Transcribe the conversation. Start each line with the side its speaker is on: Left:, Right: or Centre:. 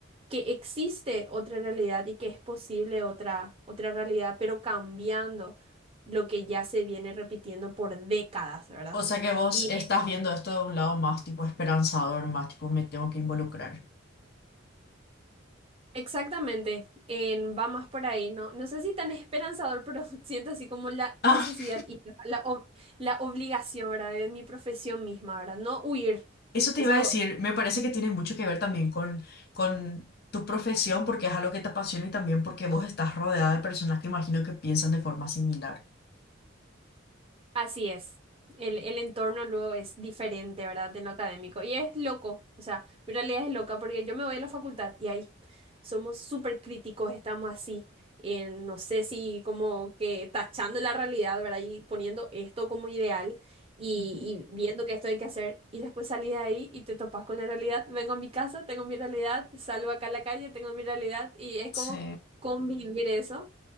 Right: que existe otra realidad y que es posible otra, otra realidad, pero cambiando lo que ya se viene repitiendo por décadas, ¿verdad?
Left: O sea que vos
Right: Y
Left: estás viendo esto de un lado más tipo esperanzador, más tipo me tengo que involucrar.
Right: exactamente, en, va más por ahí, ¿no? No sé si tan esperanzador, pero <laughs> siento así como la
Left: <laughs>
Right: necesidad y la, la ob- la obligación, ¿verdad? De mi profesión misma, ¿verdad? No huir.
Left: Eso te
Right: Eso
Left: iba a decir, me parece que tiene mucho que ver también con, con tu profesión, porque es algo que te apasiona y también porque vos estás rodeada de personas que imagino que piensan de forma similar.
Right: Así es. El, el entorno luego es diferente, ¿verdad? En lo académico. Y es loco. O sea, mi realidad es loca porque yo me voy a la facultad y ahí somos súper críticos, estamos así. en, no sé si como que tachando la realidad, ¿verdad? Y poniendo esto como ideal y,
Left: Ujú.
Right: y viendo que esto hay que hacer. Y después salís de ahí y te topas con la realidad. Vengo a mi casa, tengo mi realidad, salgo acá a la calle, tengo mi realidad. Y es como
Left: Sí.
Right: convivir eso